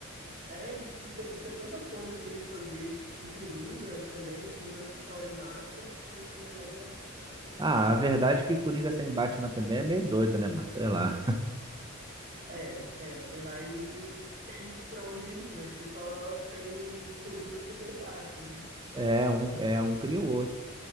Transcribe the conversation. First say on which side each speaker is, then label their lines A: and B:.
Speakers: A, on the right; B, on the right.
A: É, e tipo, tem- tinha tanta coisa pra eles fazer, tipo, com Coringa também, tem tanta história massa, foi fazer logo a- essa continuação.
B: Ah, a verdade é que Coringa sem Batman também é meio doido, né, mano? Sei lá.
A: É, é, ele vai, não tem muito pra onde ele ir, né? Porque só tem o Coringa porque tem o Batman, né?
B: É, é um, é um cria o outro.